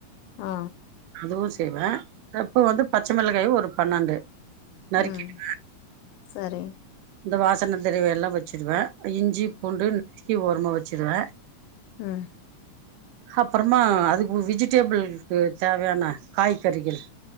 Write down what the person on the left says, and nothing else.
ஆ
ம் சரி
ம்